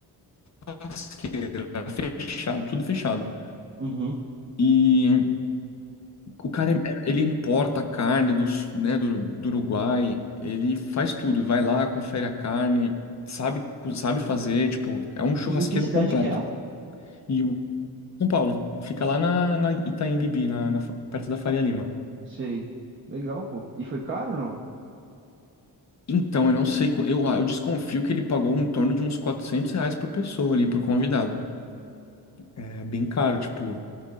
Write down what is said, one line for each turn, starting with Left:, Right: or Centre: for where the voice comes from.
Left: churrasqueira, fechado, tudo fechado.
Right: Uhum.
Left: E o cara, ele importa a carne dos, né, do, do Uruguai, ele faz tudo, vai lá, confere a carne, sabe, co- sabe fazer, tipo, é um churrasqueiro
Right: Que, em que cidade
Left: completo.
Right: que é?
Left: E o São Paulo, fica lá na, na Itaim Bibi, na, na fa- perto da Faria Lima.
Right: Sei. Legal, pô. E foi caro, não?
Left: Então, eu não sei, qu- eu, eu desconfio que ele pagou em torno de uns 400 reais por pessoa ali, por convidado. É bem caro, tipo.